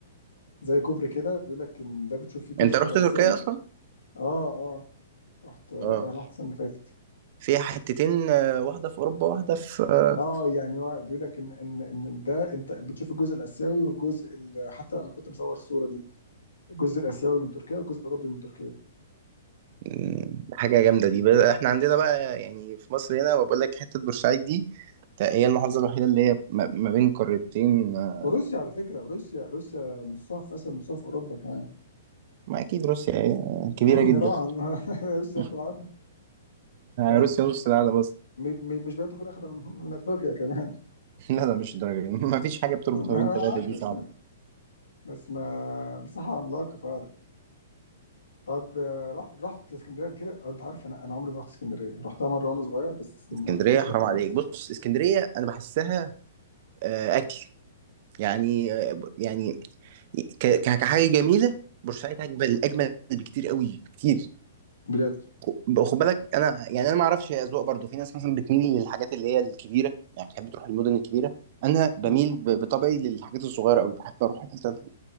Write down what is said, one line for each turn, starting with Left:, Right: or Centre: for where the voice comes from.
Left: زي كوبري كده بيقول لك ان ده بتشوف فيه الجزء
Right: انت رحت
Left: الاسيوي
Right: تركيا اصلا
Left: اه اه رحت رحت
Right: اه
Left: السنة اللي فاتت
Right: فيها حتتين آه، واحده في اوروبا واحده في آه،
Left: اه يعني هو بيقول لك ان ان ان ده انت بتشوف الجزء الاسيوي والجزء ال- حتى انا كنت مصور الصوره دي الجزء الاسيوي من تركيا والجزء الاوروبي من تركيا
Right: م، حاجه جامده دي بقى احنا عندنا بقى يعني في مصر هنا بقول لك حته بورسعيد دي تا- هي المحافظه الوحيده اللي هي ما ما بين قارتين آه،
Left: وروسيا على فكره روسيا روسيا نصها في اسيا ونصها في اوروبا كمان
Right: ما اكيد روسيا آه، كبيره
Left: امم
Right: جدا
Left: ده طبعا <laughs> روسيا
Right: <laughs>
Left: اخد العافيه ده
Right: روسيا نص العالم اصلا
Left: م- م- مش بقيت تكون اخد من, من افريقيا كمان
Right: <laughs> لا لا مش الدرجه دي ما فيش
Left: <laughs>
Right: حاجه بتربط
Left: ما
Right: ما بين
Left: انا
Right: ثلاثه
Left: عارف
Right: دي
Left: بس
Right: صعبه
Left: بس ما مساحه عملاقه فعلا طب آه، رحت رحت اسكندريه قبل كده أو انت عارف انا انا عمري ما رحت اسكندريه رحتها مره وانا صغير بس ما
Right: اسكندريه
Left: افتكرش
Right: حرام
Left: اي حاجه
Right: عليك بص اسكندريه انا بحسها آه، اكل يعني يعني ك- ك- كحاجه جميله بورسعيد اجمل اجمل بكتير قوي كتير
Left: بجد
Right: خ- خد بالك انا يعني انا ما اعرفش هي اذواق برضو في ناس مثلا بتميل للحاجات اللي هي الكبيره يعني بتحب تروح المدن الكبيره انا بميل
Left: مم.
Right: ب- بطبعي للحاجات الصغيره قوي بحب اروح الحتت